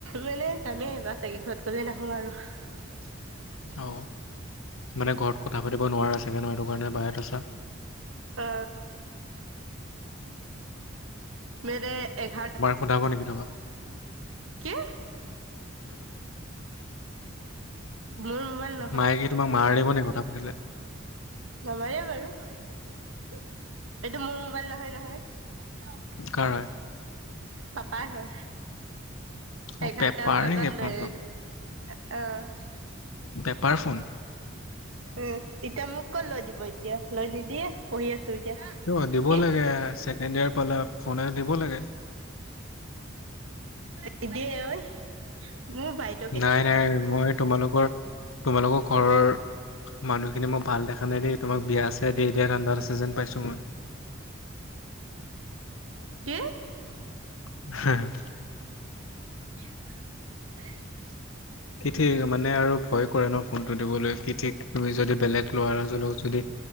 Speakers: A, on the right; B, on the left.
A: মানে যামেই বা চাগে ঘৰত গ'লে নাহো আৰু। নন নামে
B: অ' মানে ঘৰত কথা পাতিব নোৱাৰা চাগে নহ সেইটো কাৰণে বাহিৰত আছা।
A: অ মেৰে এঘাত
B: সধাবে তোক
A: কি? মুলবন
B: মায়েকে তোাক মাৰ দিব নেকি কথা পাতিলে।
A: নমাৰে বাৰু। এইটো মোৰ মোবাইল নহয় নহয়।
B: কাৰ হয়?
A: পাপাৰ ঘ
B: অ'
A: এঘাৰটাাৰ
B: পেপাৰ
A: বজাত
B: নেকি ফোনটো
A: লৈ আহ।
B: বেপাৰ ফোন?
A: উম, এতিয়া মোক কত লৈ দিব এতিয়া লৈ নিদিয়ে পঢ়ি আছো এতিয়া।
B: ত দিব
A: কি
B: লাগে ছেকেণ্ড ইয়োৰ পালে ফোন এটা দিব লাগে।
A: নি দিয়ে ঐ মোৰ বাইদেউ
B: নাই নাই মই তোমালোকৰ তোমালোকৰ ঘৰৰ মানুহখিনি মোক ভাল দেখা নাই দেই তোমাক বিয়া আছে দেই দিয় ঠা্ডা আছে যেন পাইছো মই। <unintelligible>
A: কি?
B: <unintelligible>
A: <unintelligible>
B: সিঠিক মানে আৰু ভয় কৰে ন ফোন দিবলৈ কি ঠিক তুমি যদি বেলেগ ল'ৰাজনক যদি